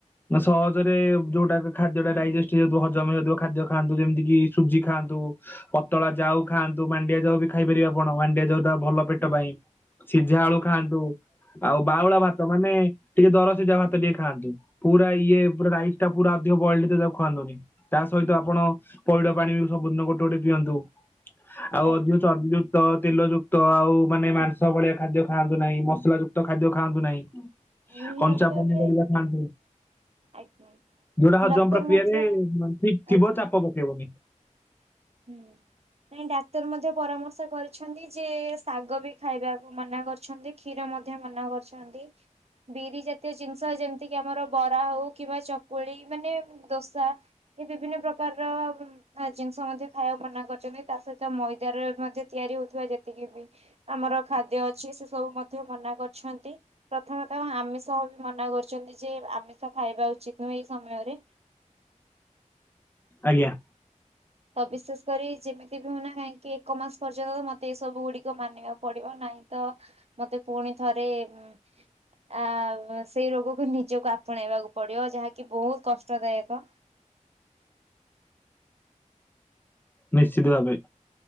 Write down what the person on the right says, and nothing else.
ଆଜ୍ଞା
ଆଜ୍ଞା।
ନିହାତି
ଭାବେ
ଆଜ୍ଞା
ଡକ୍ଟର
ମଧ୍ୟ
ଆଜ୍ଞା।
ହୁଁ ନାଇଁ ଡାକ୍ତର ମଧ୍ୟ ପରାମର୍ଶ କରିଛନ୍ତି ଯେ ଶାଗ ବି ଖାଇବାକୁ ମନା କରି ଛନ୍ତି କ୍ଷୀର ମଧ୍ୟ ମନା କରୁଛନ୍ତି। ବିରି ଜାତୀୟ ଜିନିଷ ଯେମିତିକି ଆମର ବରା ହଉ କିମ୍ବା ଚକୁଳି ମାନେ ଦୋସା ଏ ବିଭିନ୍ନ ପ୍ରକାରର ଜି -ଜିନିଷ ମଧ୍ୟ ଖାଇବାକୁ ମନା କରିଛନ୍ତି ତା ସହିତ ମଇଦାରେ ମଧ୍ୟ ତିଆରି ହଉଥିବା ଯେତିକି ବି ଆମର ଖାଦ୍ୟ ଅଛି ସେ ସବୁ ମଧ୍ୟ ମନା କରିଛନ୍ତି। ପ୍ରଥମେତ ଆମିଷ ବି ମନା କରୁଛନ୍ତି ଯେ ଆମିଷ ଖାଇବା ଉଚିତ ନୁହେଁ ଏଇ ସମୟରେ।
ତ ବିଶେଷ କରି ଯେମିତି ବି ହଉନା କାହିଁକି ଏକ ମାସ ପର୍ଯ୍ୟନ୍ତ ତ ମତେ ଏ ସବୁ ଗୁଡିକ ମାନିବାକୁ ପଡିବ ନାହିଁ ତ ମତେ ପୁଣି ଥରେଉ ଆ ସେଇ ରୋଗକୁ ନିଜକୁ ଆପଣେଇବାକୁ ପଡିବ ଯାହାକି ବହୁତ କଷ୍ଟଦାୟକ